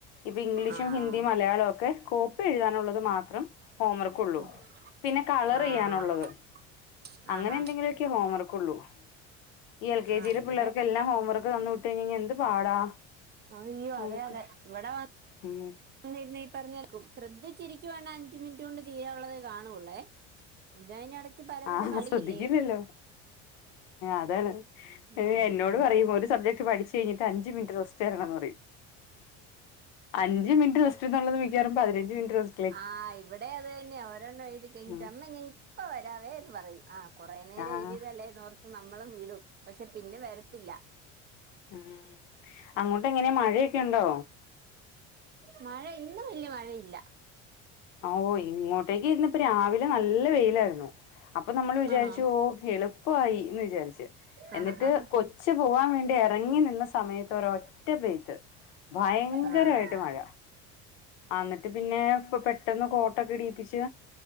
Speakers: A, on the left; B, on the right.
A: ഇപ്പി ഗ്ലീഷും
B: ആഹ്
A: ഹിന്ദിയും മലയാളവൊക്കെ കോ പ്പി എഴുതാനുള്ളത് മാത്രം ഹോംവർ ക്കുള്ളു
B: ഉം
A: പിന്നെ കളറെയ്യാനൊള്ളത്
B: ആഹ്
A: അങ്ങനെന്തെങ്കിലൊ
B: ആഹാ
A: ക്കെ ഹോംവർക്കൊള്ളു ഈ എൽ കേ
B: ആഹ്
A: ജിലെ
B: ഇവിടെ
A: പിള്ളേർക്കെല്ലാം ഹോം വർക്ക്‌ തന്നു വിട്ടേയിഞെയിഞ്ഞ യെന്ത് പാടാ.
B: അളള
A: നമുക്ക്
B: അതെ അതെ ഇവിടെ വ
A: ഉം
B: ന്നിരുന്ന ഈ പറഞ്ഞേക്കും ശ്രദ്ധിച്ചിരിക്കുവാണ അഞ്ച് മിൻറ്റ് കൊണ്ട് ചെയ്യാ ഉള്ളതേ കാണൂള്ളേ ഇതയിനെടക്ക് പലപല
A: ആഹ്
B: കളിയല്ലേ.
A: ശ്രദ്ധിക്കില്ലല്ലോ അതാണ്
B: ഉം
A: എന്നോട് പറയും ഒരു സബ്ജക് പഠിച്ച് കഴിഞ്ഞിട്ട് അഞ്ച് മിനിറ്റ് റസ്റ്റ് തരണം ന്ന് പറയും. അഞ്ച് മിനിറ്റ് റസ്റ്റ് എന്നുള്ളത് മിക്കവാറും പതിനഞ്ച് മിനിറ്റ് റെസ്റ്റ്
B: ആഹ് ഇവിടെ അതന്നെയാ ഒരെണ്ണംഴ്തി കഴിഞ്ഞിട്ട്
A: ഉം
B: അമ്മെ ഞയിപ്പ വരാവേ എന്ന് പറയും. ആഹ് കൊറെേ നേരം
A: ആഹ്
B: എഴുതീതല്ലേ എന്നോർത്ത് നമ്മളും വിടും പക്ഷെ പിന്നെ വെരത്തില്ല.
A: ഉം അങ്ങോട്ട് എങ്ങനെയാ മഴയൊക്കെ ഉണ്ടോ?
B: മഴ ഇന്ന് വല്യ മഴയില്ല.
A: ആഹ് ഓ ഇങ്ങോട്ടേക്ക് ഇന്നിപ്പോ രാവിലെ നല്ല വെയിലായിരു. ന്നു അപ്പൊ നമ്മൾ വിചാരിച്ചു
B: ആണോ
A: ഓഹ് എളുപ്പായി എന്ന് വിചാരിച്ചു. എന്നിട്ട്
B: ആഹ് ആഹ്
A: കൊച്ച് പോവാൻ വേണ്ടി എറങ്ങി നിന്ന സമയത്ത് ഒരൊറ്റ പെയ്ത്ത്. ഭയങ്കരായിട്ട്
B: ആഹ്
A: മഴ. ആ ന്നിട്ട് പിന്നെ പെട്ടെന്ന് കോട്ടൊക്കൊഇടീപ്പിച്ച്.